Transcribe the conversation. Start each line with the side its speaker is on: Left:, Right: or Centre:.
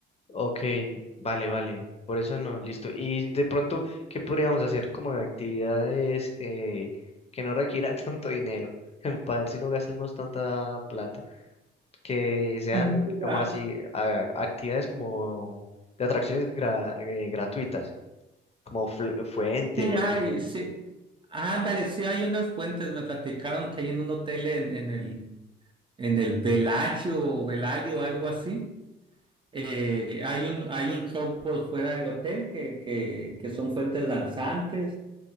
Left: ok, vale, vale, por eso no, listo. Y de pronto, ¿qué podríamos hacer como de actividades eh, que no requieran <laughs> tanto dinero? <laughs> Para ver si no gastamos tanta plata, que sean
Right: Mm.
Left: como así, a- actividades como de atracciones gra- eh, gratuitas, como fl- fuentes,
Right: Sí hay,
Left: no sé.
Right: sí. Ándale, sí hay unas fuentes, me platicaron que hay en un hotel en, en el, en el Velayo o Velayo, algo así. Eh, hay un, hay un show por fuera del hotel que, que, que son fuentes danzantes.